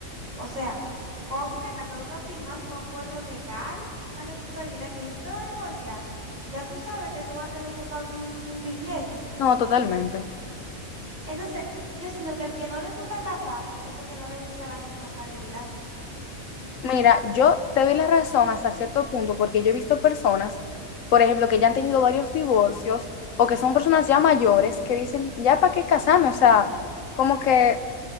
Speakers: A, on the right; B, on the left.
A: O sea, cuando tú te casas, tú estás firmando un acuerdo legal, una responsabilidad que si tú te vas a divorciar, ya tú sabes que tú vas a tener que pagar un, un billete.
B: No, totalmente.
A: Entonces, yo siento que el que no le gusta casarse es porque no le gusta la responsabilidad.
B: Mira, yo te doy la razón hasta cierto punto porque yo he visto personas, por ejemplo, que ya han tenido varios divorcios o que son personas ya mayores que dicen, ya para qué casarme, o sea, como que